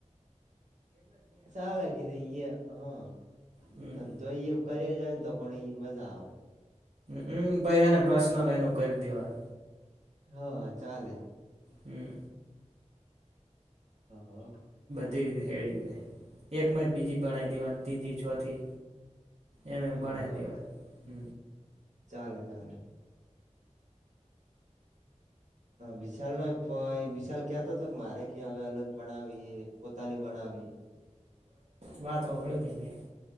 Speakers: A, on the right; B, on the right.
A: સા લખી દઈએ. હા,
B: હમ
A: ધંધો કરીએ જાય ને તો પણ એ મજા આવે.
B: હમ્મ ભાઈ એને પ્રશ્ન લે એનું કરી દેવાનું.
A: હા, ચાલે.
B: હમ
A: હા.
B: રી હે જાય એકમાં બીજી ભનાવી દેવાની ત્રીજી ચોથી એમ એ
A: હ
B: બણાય દેવા હ
A: ચાલે ચાલે વિશાલ નો વિશાલ ક્યાતો હતો કે મારે કે હવે અલગ બનાવી પોતાની બનાવી
B: વાત હોભળી તને